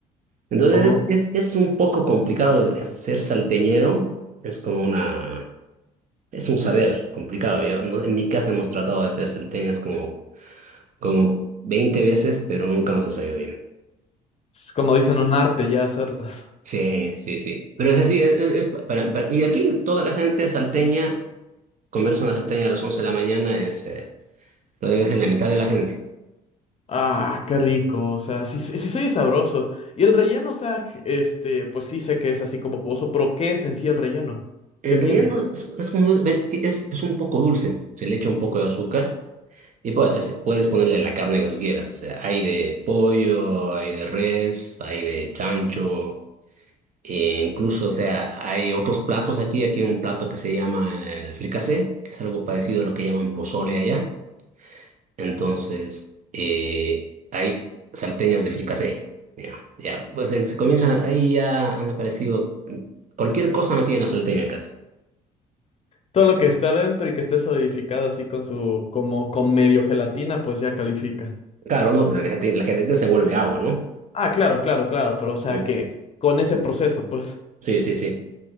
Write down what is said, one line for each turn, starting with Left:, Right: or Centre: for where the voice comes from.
Right: Entonces,
Left: Oh.
Right: es, es un poco complicado de- ser salteñero, es como una, es un saber complicado. Yo, no- en mi casa hemos tratado de ser salteñas como, como 20 veces, pero nunca nos ha salido bien.
Left: Es como dicen, un arte ya hacerlas.
Right: Sí, sí, sí. Pero es así, es, es- es pa- para- para- y aquí toda la gente salteña, comerse una salteña a las 11 de la mañana es, eh, lo debe ser la mitad de la gente.
Left: Ah, qué rico, o sea, sí, sí se oye sabroso. Y el relleno, o sea, este, pues sí sé que es así como jugoso, pero ¿qué es en sí el relleno?
Right: En
Left: ¿Qué tiene?
Right: realidad no, es, es como, ve, ti- es, es un poco dulce, se le echa un poco de azúcar y puedes, puedes ponerle la carne que tú quieras. Eh, Hay de pollo, hay de res, hay de chancho, e incluso, o sea, hay otros platos aquí, aquí hay un plato que se llama el fricasé, que es algo parecido a lo que llaman pozole allá Entonces, eh, hay salteñas de fricasé. Ya, ya, pues eh, se comienza, ahí ya han aparecido mm, cualquier cosa metida en la salteña casi.
Left: Todo lo que está adentro y que esté solidificado así con su, como con medio gelatina, pues ya califica.
Right: Claro, no, pero la gente, la gente se vuelve agua, ¿no?
Left: Ah, claro, claro, claro, pero o sea
Right: Sí.
Left: que con ese proceso, pues
Right: Sí, sí, sí.